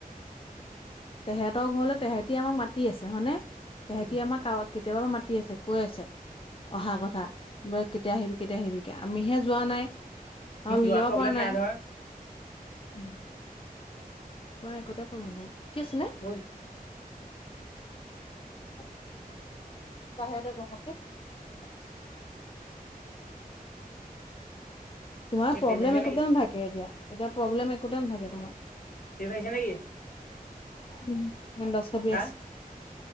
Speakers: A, on the left; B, on the left.
A: তেহেতৰ ঘৰলে তেহেতি আমাক মাতি আছে হয়নে। তাহেতি
B: উম
A: আমাৰ কৱাক কেতিয়াবা মাতি আছে কৈ আছে। অহা কথা কেতিয়া আহিবি কেতিয়া আহিবি কে আমিহে যোৱা নাই। অ
B: মোৰ
A: মিলাব
B: যোৱাত প্ৰব্লেম
A: পৰা নাই
B: নহয়
A: উম। মই একোতোই পুৰাল কি আছিলে।
B: মোৰ
A: <unintelligible> বাহিৰতে বহকে দেই। তোমাৰ প্ৰব্লেম
B: তেজ আহিছে
A: একোতে
B: নেকি
A: নাথাকে এতিয়া এতিয়া প্ৰব্লেম একোতে নাথাকে তোমাৰ।
B: তে লাগিছে নেকি।
A: উম ন দহ চভিয়ছ।
B: হা